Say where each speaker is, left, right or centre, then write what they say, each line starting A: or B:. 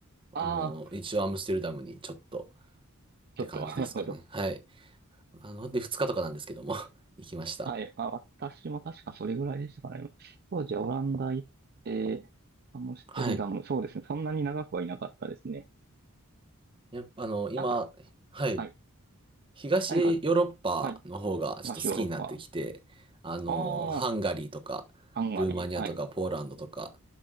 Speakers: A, on the right; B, on the right.
A: あのー、
B: ああー、
A: 一応アムステルダムにちょっとって感じですかね。
B: ちょっと、<laughs> なるほど。
A: はい。あの、で、2日とかなんですけども <laughs> 行きました。
B: はい。あ、私も確かそれぐらいでしたかね。当時はオランダ行って、アムステルダム、
A: はい。
B: そうですね。そんなに長くはいなかったですね。
A: やっぱ、あの、今、
B: だから、
A: はい。
B: はい。
A: 東ヨーロッパの方がちょっと好きになってきて、
B: 何か、はい。東ヨーロッパ。
A: あの、
B: ああ、
A: ハンガリーとか、
B: ハンガリー。
A: ルーマニアとか、
B: はい。
A: ポーランドとか、